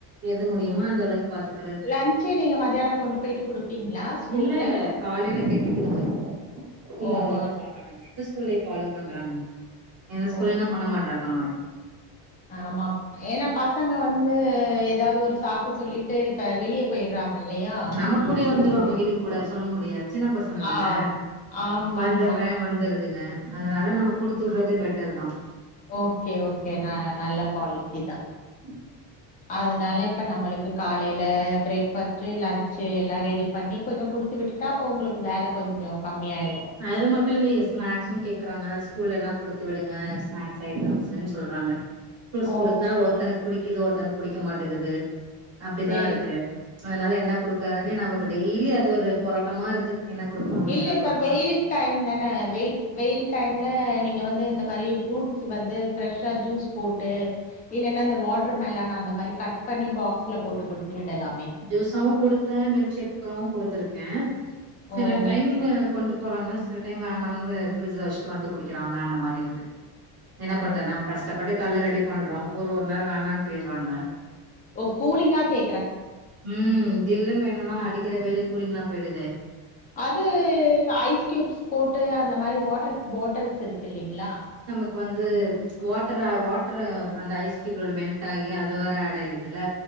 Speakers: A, on the right; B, on the left.
A: எது முடியுமா அந்த அளவுக் பாத்துக்கிறத்
B: லஞ்சே நீங்க மத்தியானம் கொண்டு போயிட்டு கொடுப்பீங்களா ஸ்கூல்ல
A: இல்ல இல்ல காலையில கெட்டிக்குடுத்துக் ஸ்கூல்ல
B: ஓஹோ
A: ‌அலோலா பண்ண மாட்டாங்க எந்த ஸ்கூல்ல ‌இப்ப அலோ பண்றாங்க எந்த ஸ்கூல்ய
B: ஓ
A: தா பண்ண மாட்றாங்ககளோ
B: ஆமா ஏன்னா பசங்க வந்து ஏதாவது ஒரு சாக்கு சொல்லிட்டு இப்ப வெளிய போயிடுறாங்க இல்லையா
A: நம்ம கூடைய
B: ஸ்கூல்ல
A: வந்துருவாங்க
B: இருந்து
A: வீட்டுக்கு கூட சொல்ல முடியாத் சின்ன பசங்க தானே
B: ஆம் ஆமா
A: வந்துற்றே
B: ஆமா
A: வந்திடுதுங்க அதனால நம்ம குடுத்து விடறது பெட்டர் தா
B: ஓகே ஓகே ந நல்ல பாலிசி தா
A: <inaudible>
B: அதனால இப்ப நம்பளுக்கு காலையில பிரேக்பாஸ்ட் லன்ஞ்ச்சு எல்லாம் ரெடி பண்ணி கொஞ்சொ கொடுத்து விட்டுட்டா அப்ப உங்களுக்கு வேல கொஞ்சொ கம்மி ஆயிடும்
A: அது மட்டூ இல்லையே ஸ்நாக்ஸும் கேக்குறாங்க ஸ்கூல்ல எல்லா கொடுத்து விடுங்க ஸ்நாக்ஸ் ஐட்டம்ஸ்ன்னு சொல்றாங்க ப்ரூட்ஸ்
B: ஓ
A: குடுத்தா ஒருத்தனுக்கு புடிக்குது ஒருத்தனுக்கு பிடிக்க மாட்டேங்கது அப்படிதா
B: செரி
A: இருக்கு
B: செரி
A: அதனால என்ன கொடுக்கதுனே நமக்கு டெய்லி அது ஒரு போராட்டமா இருக்கு என்ன குடுக்கணு
B: இல்ல
A: என்ன
B: இப்ப
A: குடுக்
B: வெயில் டைம் தானே வெயில் வெயில் டைம்ல நீங்க வந்து இந்த மாரியப்பன் ஃப்ரூட்ஸ் வந்து ஃபிரெஷ்ஷா ஜூஸ் போட்டு இல்லன்னா அந்த வாட்டர் மெலானா அந்த மாரி கட் பண்ணி பாகஸ்ல போட்டுக் குடுத்துவிடலாமே
A: ஜூஸாவவு குடுத்தே மில்க் ஷேக்காவவு குடுத்துருக்கே
B: ஓ
A: சில டைம்
B: சேரி
A: கொண்டு போறாங்க சில டைம் வேணாலனு பிரிட்ஜல வச்சுட்டு வந்து குடிக்கிறாங்க அந்த மாரி இருக்கு என்ன பண்றது
B: ஓ
A: நம்ம கஷ்டப்பட்டு கால்ஷ ரெடி பண்றோ ஒரு நேரோ வேணான்னு போயிடுறாங்க
B: ஓ கூலிங்கா கே
A: உம் ஜில்லுன்னு வேணுனா அடிக்கிற வெயிலுக்கு கூலிங்க எல்லா போயிடுதே
B: அது ஐஸ் கியூப்ஸ் போட்டு அந்த மாரி வாட்டர் பாட்டில்ஸ் இருக்கு இல்லலைங்களா
A: அதுக்கு வந்து ம்ச் வாட்டர் வாட்டரு அந்த ஐஸ் கயூப்ல மெல்ட் ஆகி அதுவரே ஆட் ஆயிடுது இல்ல